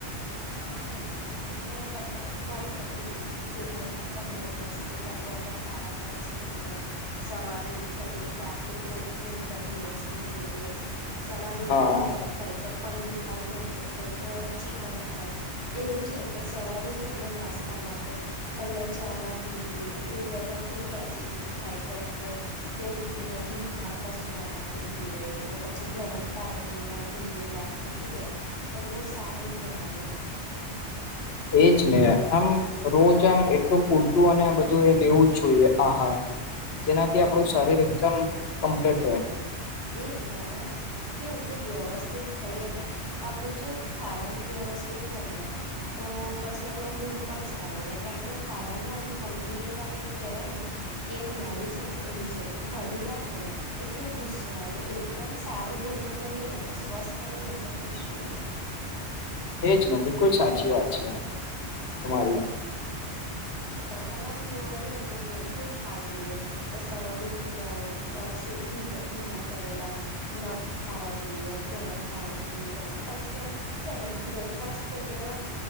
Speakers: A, on the right (about 40°); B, on the left (about 65°).
A: હા એતો છે જો તમનેમ કહું ને કે બધા ત બહ પોસ્ટ ક અત્યાર તો ખોરાક લે છે કે સવારે ઉઠે એટલે કે આટલું પ્રોટીન ઇન્ટેક દિવસ નું જોઈએ જ. સવાર ઉઠી
B: હા
A: ન વેજ હોય તો પનીર ખાય નોનવેજ હોય તોવે ચિકન ખાય, એવું છે કે સવાર ઉઠે એટલે નાસ્ તા તો, પહેલા ચા ના પીવી જોઈએ એવું બધા કે એસિડિટી થાય તોમ કે. કે ઉઠીને દૂધમાં કશું નાખીને પીવે કે પછી ગરમ પાણીમાં નિબુ નાખીને પીવે, તો બહુ સારું કેણાય એમ.
B: એજ ને આમ રોજ આમ એટલું પૂરતું અને બધું એ લેવું જ જોઈએ આહાર. જેનાથી
A: હા
B: આપણું શરીર એકદમ કમ્પ્લીટ રહે.
A: એજ નાના કેવું કે વ્યવસ્થિત ખાઈએ ને તો, આપડું જો ખાવાનું વ્યવસ્થિત હોય ને. તો પછી આપણો મૂડ પણ સારો રહે કારણ કે ખાવાનું અને મનની એક મે એવું કેવાય ને, કે એક નડી છે ને એવું છે કે ખાધું ના હોય ને, તો કેવું ગુ હવે એવું કેમ સારું ભોજન લઈએ ને તો સ્વસ્થ રહીએ ને તો ખુશ રહીએ.
B: એજ ને બિલકુલ સાચી વાત છે. તમારી
A: તો તો અને આમ જોવા જઈ ને તો જો કેવું ખાવું જોઈએ. કે સવાર ઉઠી ને આવું શું ભી ભીના કરેલા. નટ્સ ખાવા જોઈએ આવ ગરમ પાણી પીએ અને પછી એમ છે ને બ્રેકફાસ્ટ તો એકમ આમ